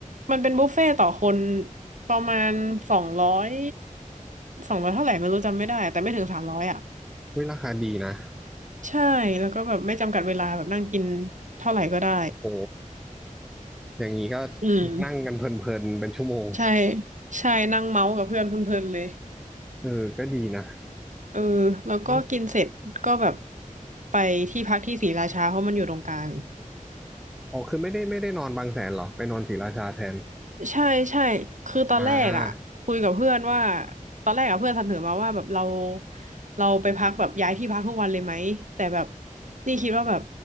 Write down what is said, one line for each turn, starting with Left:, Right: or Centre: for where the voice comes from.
Right: มันเป็นบุฟเฟ่ตต่อคนประมาณสองร้อยสองร้อยเท่าไหร่ไม่รู้จำไม่ได้แต่ไม่ถึงสามร้อยอ่ะ
Centre: เฮ้ยราคาดีนะ
Right: ใช่แล้วก็แบบไม่จำกัดเวลาแบบนั่งกินเท่าไหร่ก็ได้
Centre: โอ้โหอย่างนี้ก็
Right: อืม
Centre: นั่งกันเพลินๆเป็นชั่วโมง
Right: ใช่ใช่นั่งเมาส์กับเพื่อนเพลินๆเลย
Centre: เออก็ดีนะ
Right: เออแล้วก็กินเสร็จก็แบบ
Centre: โอ้
Right: ไปที่พักที่ศรีราชาเพราะมันอยู่ตรงกลาง
Centre: อ๋อคือไม่ได้ไม่ได้นอนบางแสนเหรอไปนอนศรีราชาแทน
Right: ใช่ใช่ คือตอนแรกอ่ะคุยกับเพื่อนว่า
Centre: อ่า
Right: ตอนแรกอ่ะเพื่อนเสนอมาว่าแบบเราเราไปพักแบบย้ายที่พักทุกวันเลยไหมแต่แบบนี่คิดว่าแบบ